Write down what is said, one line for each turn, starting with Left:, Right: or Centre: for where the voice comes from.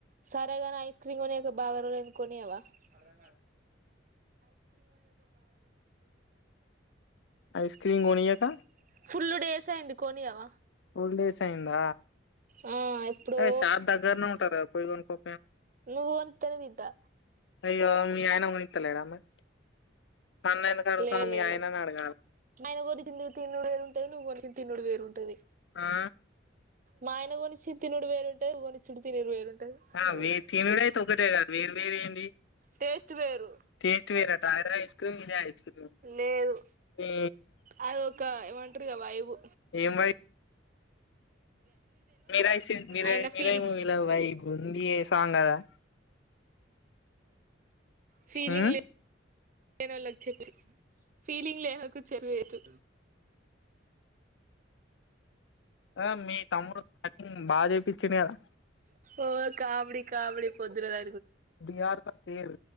Right: సరేగానే ఐస్ క్రీమ్ కొన్నియగ బాగ రోజులైంది కొనేయావా అర్థం
Left: ఐస్ క్రీమ్
Right: కాలే
Left: కొనియక
Right: ఫుల్ డేస్ అయింది కోనియవ
Left: ఫుల్ డేస్ అయ్యింద
Right: ఆ ఎప్పుడో
Left: షాప్ దగ్గరనే ఉంటదిగా పోయి కొనుక్కో
Right: నువ్వు కొనిత్తేనే తింటా
Left: అయ్యో మీ ఆయన కొనిత్త లేడ మరి నన్ను ఎందుకు అడుగుతున్నావ్
Right: లే లేదు
Left: మీ ఆయనని అడగాలి
Right: ఆయన కొనిచ్చింది తిన్నుడు వేరుంటది నువ్వు కొనిచ్చింది. తిన్డు వేరుంటది
Left: ఆ
Right: మాయన కొనిచ్చు తిన్నుడు వేరుంటది నువ్వు కొనిచ్చడు తినుడు వేరుంటది
Left: ఆ
Right: సో
Left: వే తినుడయితే ఒకటేగ వేరు వేరేంది
Right: టేస్ట్ వేరు
Left: టేస్ట్ వేరటా అద ఐస్ క్రీమ్ ఇదే ఐస్ క్రీమ్
Right: లేదు
Left: మీ
Right: అది ఒక ఏమంటారుగా వైవు
Left: ఏం మీరా సి మీర
Right: ఆయన
Left: మీర
Right: ఫీలింగ్
Left: మూవి లో వైవ్ ఉంది ఎ సాంగ్ కదా
Right: ఫీలింగ్
Left: ఉమ్
Right: లే నోల్లు వచ్చెర్ ఫీలింగ్ లేదకు చెరు వయితు
Left: ఆ మీ తమ్ముడు కటింగ్ బాగ చేపిచ్చిండు కదా
Right: ఒ కామెడి కామెడి పొద్దునలా
Left: బిహార్ క షేర్